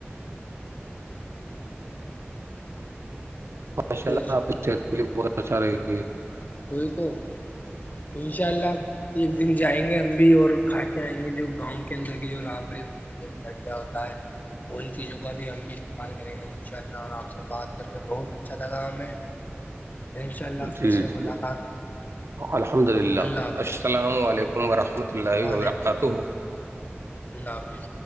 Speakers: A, on the right; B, on the left.
A: ماشاء
B: بیسٹ
A: اللہ آپ کی صحت لیے بہت اچھا رہے گی <unintelligible>
B: <inaudible> چار لاکھ ایک دن جائیں گے ہم بھی اور کھا کے آئیں گے جو گاؤں کے اندر کے جو رابڑی ہو ہوتا ہے ان چیزوں کا بھی ہم بھی استعمال کریں گے ان شاء اللہ اور آپ سے بات کر کے بہت اچھا لگا ہمیں انشاء اللہ پھر
A: جی
B: سے ملاقات
A: جی الحمد للہ
B: اللہ حافظ
A: السلام علیکم ورحمۃ اللہ
B: وعلیکم
A: وبرکاتہ
B: اللہ حافظ